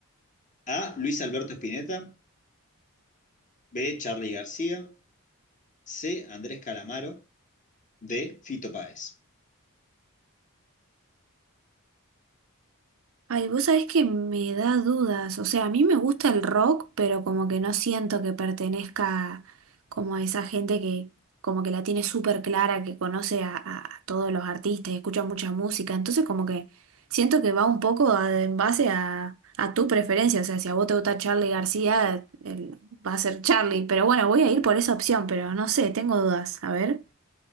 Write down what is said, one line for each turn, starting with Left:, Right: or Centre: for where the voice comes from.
Left: A. Luis Alberto Spinetta. B. Charly García. C. Andrés Calamaro. de Fito Páez.
Right: Ay, vos sabés que me da dudas. O sea, a mí me gusta el rock, pero como que no siento que pertenezca como a esa gente que como que la tiene súper clara, que conoce a, a- a todos los artistas y escucha mucha música. Entonces como que siento que va un poco a- en base a, a tu preferencia. O sea, si a vos te gusta Charlie García, el- va a ser Charlie. Pero bueno, voy a ir por esa opción, pero no sé, tengo dudas. A ver.